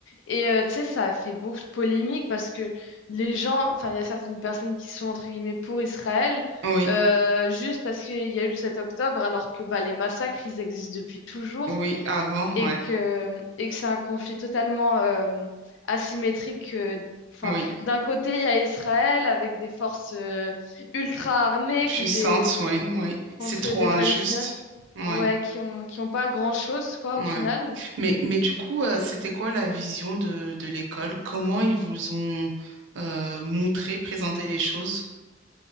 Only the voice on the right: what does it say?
Oui,
oui, avant,
ouais.
Oui,
puissante,
oui, oui. C'est
trop
injuste.
Oui,
oui.
Mais, mais du coup, euh, c'était quoi la vision de, de l'école? Comment ils vous ont euh, montré, présenté les choses?